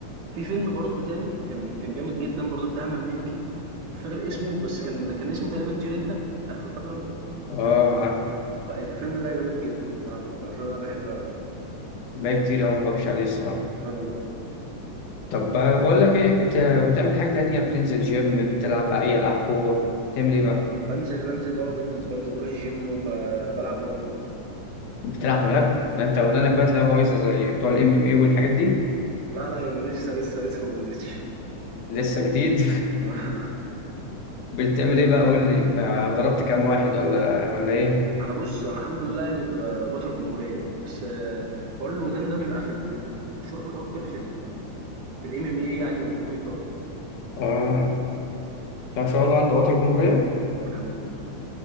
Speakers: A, on the right; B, on the left.
A: في فيلم برضه تاني كان كان جامد جدا برضه بتاع احمد مكي مش فاكر اسمه بس كان كان اسمه تقريبا طير انت عارفه فاكره انت
B: آه عارف
A: فالفيلم ده جامد جدا بصراحه برضه عشان انا بحبها قوي
B: بقى كتير أوي ما بتفرجش عليه الصراحة
A: انا برضه
B: طب بقول لك إيه بت... بتعمل حاجة تانية بتنزل جيم بتلعب أي ألعاب قوة بتعمل إيه بقى؟
A: بنزل بنزل اه بنزل بنزل بروح الجيم وبلعب ملاكمه
B: بتلعب ملاكمة ده انت
A: مم.
B: ودانك بقى تلاقيها بايظة زي بتوع الام ام اي والحاجات دي
A: لا لا يا م- لسه لسه لسه ما بوظتش
B: لسه جديد
A: <laughs>
B: <laughs> بتعمل ايه بقى قول لي بقى ضربت كام واحد ولا ولا ايه
A: انا بص انا الحمد لله يعني ب- بطل جمهوريه بس آه، حوار الودان ده بيبقى في ال- بيبقى مشهور قوي اكتر في ال- في الام ام اي يعني والمواي تاي
B: اه طب ما شاء الله انت بطل جمهورية
A: اه الحمد لله